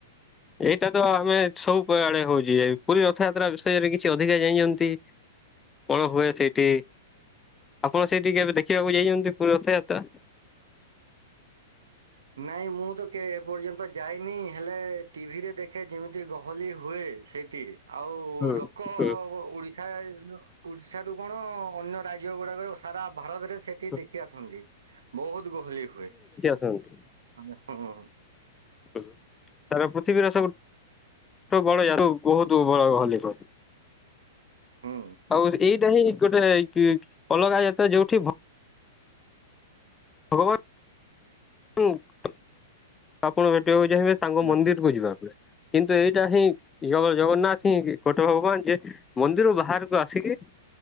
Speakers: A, on the left; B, on the right.
A: ଏଇଟା ତ ଆମେ ସବୁ ଆଡେ ହଉଛି, ପୁରୀ ରଥଯାତ୍ରା ବିଷୟରେ କିଛି ଅଧିକା ଜାଣିଛନ୍ତି? କଣ ହୁଏ ସେଇଠି, ଆପଣ ସେଇଠିକି କେବେ ଦେଖିବାକୁ ଯାଇଛନ୍ତି ପୁରୀ ରଥଯାତ୍ରା?
B: ନାଇଁ ମୁଁ ତ କେ ଏପର୍ଯ୍ୟନ୍ତ ଯାଇନି ହେଲେ ଟିଭିରେ ଦେଖ ଦେଖେ ଯେମିତି ଗହଲି ହୁଏ ସେଇଠି, ଆଉ
A: ହୁଁ
B: ଲୋକ
A: ହୁଁ
B: ଓଡ଼ି ଶା ଓଡ଼ିଶାରୁ କଣ ଅନ୍ୟ ରାଜ୍ୟ ଗୁଡାକରେ ସାରା ଭାରତରେ ସେ କେହି
A: ହୁଁ।
B: ଦେଖି ଆସନ୍ତି ବହୁତୁ ଗହଳି ହୁଏ।
A: ହୁଁ।
B: ଆଜ୍ଞା ହଁ ହଁ।
A: ସାରା ପୃଥିବୀର ସବୁ <unintelligible> ବହୁତ ବଡ ଲେବ
B: ହୁଁ
A: ଆଉ ଏଇଟା ହିଁ ଗୋଟେ ଅଲଗା ଯାତ୍ରା ଯୋଉଠି ଭ ଭଗବାନ-ଆପଣ ଭେଟିବାକୁ ଚାହିଁବେ। ତାଙ୍କ
B: ହୁଁ
A: ମନ୍ଦିର କୁ ଯିବା ପଡେ କିନ୍ତୁ ଏଇଟା ହିଁ ଜଗ ଜଗନ୍ନାଥ ହିଁ ଗୋଟେ ଭଗବାନ ଯେ ମନ୍ଦିରରୁ ବାହାରକୁ ଆସିକି